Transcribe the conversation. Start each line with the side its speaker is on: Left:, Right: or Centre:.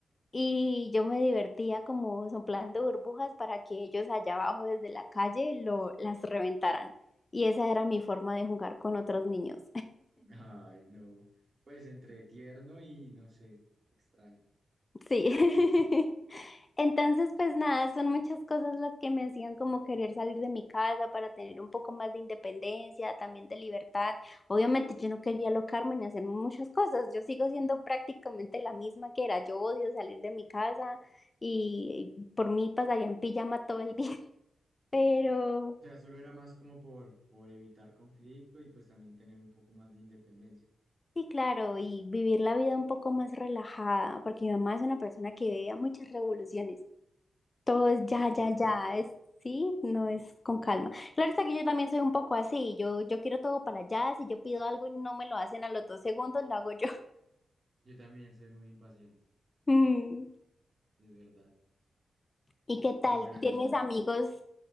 Left: y yo me divertía como soplando burbujas para que ellos allá abajo desde la calle lo, las reventaran. Y esa era mi forma de jugar con otros niños.
Right: Ay, no. Pues entre tierno y no sé, extraño.
Left: Sí. <laughs> Entonces, pues nada, son muchas cosas las que me hacían como querer salir de mi casa para tener un poco más de independencia, también de libertad. Obviamente yo no quería alocarme ni hacer muchas cosas. Yo sigo siendo prácticamente la misma que era. Yo odio salir de mi casa y por mí pasaría en pijama todo el día. <laughs> Pero
Right: O sea, solo era más como por, por evitar conflicto y pues también tener un poco más de independencia.
Left: sí, claro, y vivir la vida un poco más relajada, porque mi mamá es una persona que veía muchas revoluciones. Todo es ya,
Right: Ok,
Left: ya, ya,
Right: ok.
Left: es, sí, no es con calma. Claro está que yo también soy un poco así, yo, yo quiero todo para allá, si yo pido algo y no me lo hacen a los dos segundos, lo hago yo. <laughs>
Right: Yo también soy muy impaciente,
Left: Mm.
Right: es verdad.
Left: ¿Y qué
Right: Pero
Left: tal?
Right: bueno, Elisa.
Left: ¿Tienes amigos